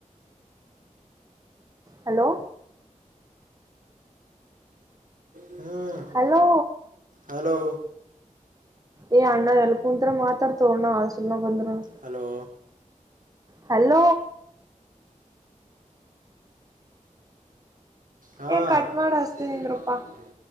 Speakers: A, on the right (about 25°); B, on the right (about 80°).
A: ಹಲೋ
B: ಹ್ಞೂ
A: ಹಲೋ
B: ಹಲೋ
A: ಏ ಅಣ್ಣ ಎಲಕಂತರ ಮಾತ್ರಡ್ ತೋಣ ಹಾಸ್ಟೆಲನಾಗ ಬಂದರನು
B: ಹಲೋ
A: ಹಲೋ
B: ಹಾಂ
A: ಏ ಕಟ್ ಮಾಡ ಹಚ್ಚತಿನಿಂದ್ರಪಾ